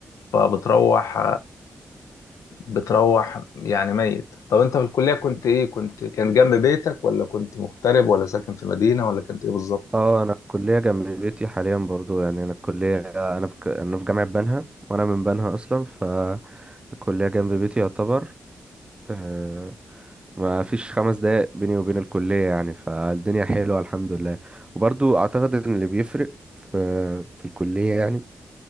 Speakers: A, on the left (about 85°); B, on the right (about 20°).
A: فبتروح بتروح يعني ميت طب انت في الكليه كنت ايه كنت كان جنب بيتك ولا كنت مغترب ولا ساكن في مدينه ولا كنت ايه بالظبط
B: اه انا الكليه جنب بيتي حاليا برضو يعني انا الكليه انا في ك- انا في جامعه بنها وانا من بنها اصلا فالكليه جنب بيتي يعتبر آه، ما فيش خمس دقايق بيني وبين الكلية يعني فالدنيا حلوة الحمد لله وبرضو أعتقد إن اللي بيفرق في في الكلية يعني